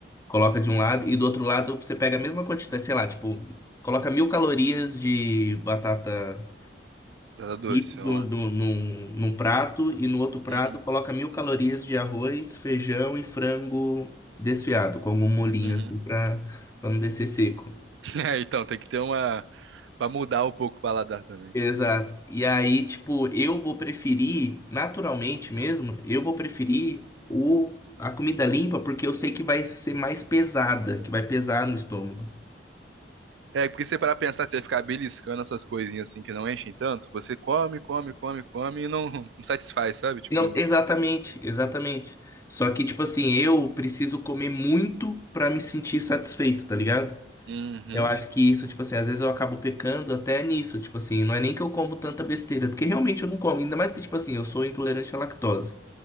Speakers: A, on the left; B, on the right.
A: Coloca de um lado e do outro lado você pega a mesma quantidade, sei lá, tipo, coloca mil calorias de batata
B: Batata doce,
A: isso do,
B: vamos lá.
A: do, num, num prato e no outro prato
B: Uhum.
A: coloca mil calorias de arroz, feijão e frango desfiado, com algum molhinho
B: Uhum.
A: assim pra, pra não descer seco.
B: <laughs> É, então, tem que ter uma. Pra mudar um pouco o paladar também.
A: Exato. E aí, tipo, eu vou preferir, naturalmente mesmo, eu vou preferir o, a comida limpa porque eu sei que vai ser mais pesada, que vai pesar no estômago.
B: É, porque se você parar pra pensar, você vai ficar beliscando essas coisinhas assim que não enchem tanto, você come, come, come, come e não, não satisfaz, sabe? Tipo,
A: Não, exatamente, exatamente. Só que, tipo assim, eu preciso comer muito pra me sentir satisfeito, tá ligado?
B: uhum.
A: Eu acho que isso, tipo assim, às vezes eu acabo pecando até nisso, tipo assim, não é nem que eu como tanta besteira, porque realmente eu não como, ainda mais que, tipo assim, eu sou intolerante à lactose.